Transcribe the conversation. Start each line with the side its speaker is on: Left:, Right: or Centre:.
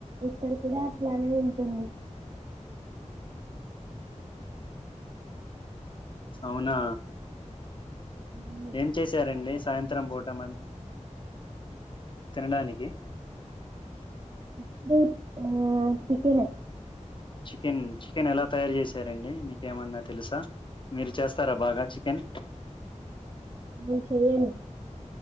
Right: ఇక్కడ కూడా అట్లానే ఉంటుంది.
Left: అవునా
Right: అవును
Left: ఏం చేశారండి సాయంత్రం పూట మరి తినడానికి
Right: ఇప్పుడు ఆ చికెనే
Left: చికెన్ చికెన్ ఎలా తయారు చేసారండి మీకేమన్నా తెలుసా. మీరు చేస్తారా బాగా చికెన్?
Right: నేన్ చెయ్యను.